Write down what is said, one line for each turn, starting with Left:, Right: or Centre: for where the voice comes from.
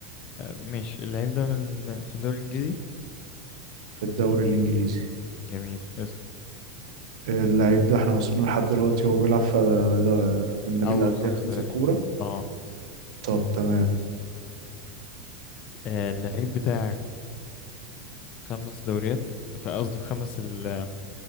Left: ماشي اللعيب ده من في الدوري الانجليزي
Right: في الدوري الانجليزي
Left: جميل اسأل
Right: اللعيب ده احنا وصلنا لحد دلوقتي هو بيلعب في ده من
Left: أول
Right: نادي الانديه
Left: خمس
Right: الخمسه
Left: دوريات
Right: الكبرى
Left: اه
Right: طب تمام
Left: آه، اللعيب بتاعك خمس دوريات في قصدي في خمس ال